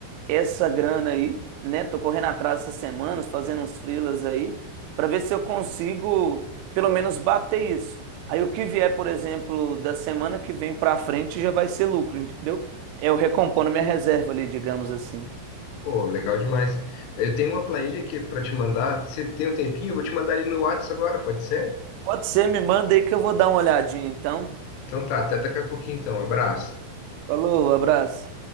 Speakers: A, on the right; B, on the left.
A: essa grana aí, né? Tô correndo atrás essas semanas, fazendo uns freelas aí, pra ver se eu consigo pelo menos bater isso. Aí o que vier, por exemplo, da semana que vem pra frente já vai ser lucro, entendeu? É Eu recompondo minha reserva ali, digamos assim.
B: pô, legal demais. Eu tenho uma planilha aqui para te mandar. Você tem um tempinho? Eu vou te mandar ali no WhatsApp agora, pode ser?
A: Pode ser, me manda aí que eu vou dar uma olhadinha, então.
B: Então tá, até daqui a pouquinho então. Abraço.
A: Falou, abraço.